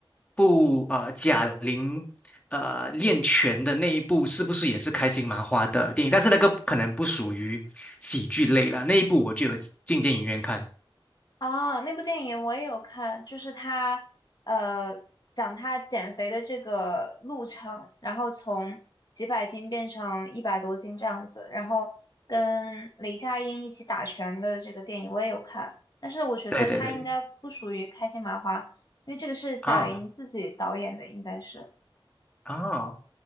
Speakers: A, on the left; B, on the left.
A: 部呃贾玲呃练拳的那一部是不是也是开心麻花的电影，但是那个可能不属于喜剧类啦，那一部我就有进电影院看，
B: 啊，那部电影我也有看，就是他呃讲他减肥的这个路程，然后从几百斤变成一百多斤这样子，然后跟雷佳音一起打拳的这个电影我也有看，但是我觉得他应该不属于开心麻花，
A: 对对对，
B: 因为这个是贾玲自己导演的，
A: 啊
B: 应该是
A: 啊。